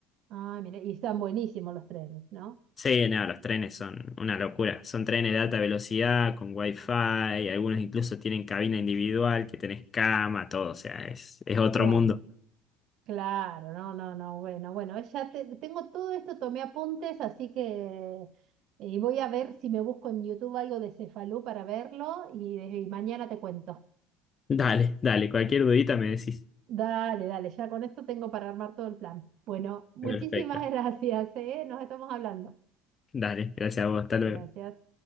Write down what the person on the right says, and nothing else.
Ah, mira, y están buenísimos los trenes, ¿no?
Todo.
Claro, no, no, no, bueno, bueno, ya te- tengo todo esto, tomé apuntes, así que y voy a ver si me busco en YouTube algo de Cefalú para verlo y, y mañana te cuento.
Dale, dale, ya con esto tengo para armar todo el plan. Bueno, muchísimas
<laughs> gracias, ¿eh? Nos estamos hablando.
Gracias.